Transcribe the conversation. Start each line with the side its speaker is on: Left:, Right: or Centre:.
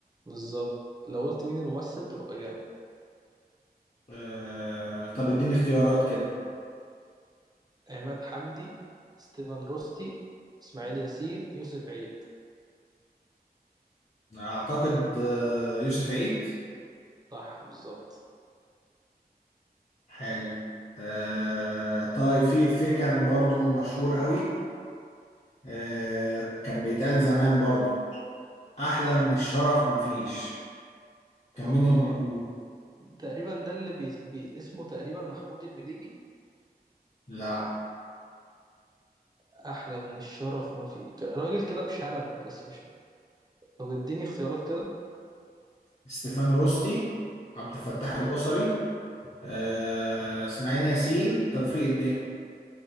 Right: بالظبط لو قلت مين الممثل تبقى جامد
Left: آه، طب اديني اختيارات كده
Right: عماد حمدي ستيفن روستي اسماعيل ياسين يوسف عيد
Left: اعتقد آه، يوسف عيد
Right: صح بالظبط
Left: حلو آه، طيب في إفيه كان برضو مشهور قوي آه، كان بيتقال زمان برضو احلى من الشرف مفيش كان
Right: اه
Left: مين اللي بيقوله
Right: تقريبا ده اللي بي... بي... اسمه تقريبا محمود المليجي
Left: لا
Right: احلى من الشرف ما في ك- راجل كده بشنب بس مش طب اديني اختيارات كده
Left: ستيفان روستي عبد الفتاح القصري آه، اسماعيل ياسين توفيق الدين